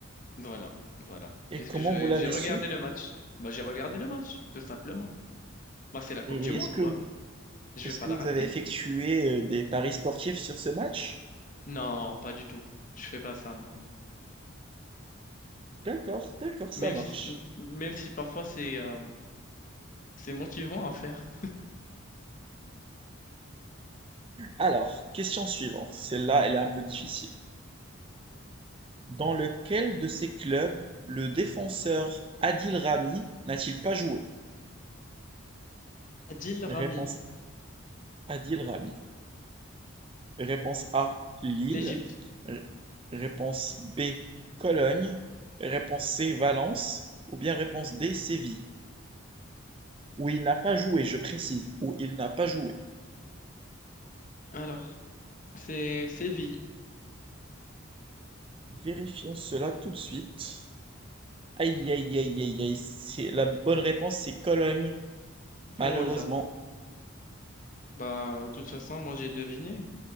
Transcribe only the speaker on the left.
voilà, voilà.
Puisque
j'ai
j'ai regardé
le match. Bah j'ai regardé le match, tout simplement. Moi, c'est la Coupe
du Monde,
quoi. Je
vais pas
la
rater.
Non, pas du tout. Je fais pas ça, moi.
Même
si, m- même si parfois c'est euh, c'est motivant à faire.
Adil
Rami,
l'Égypte.
Alors, c'est Séville.
Oh là. Bah, de toute façon, moi, j'ai deviné.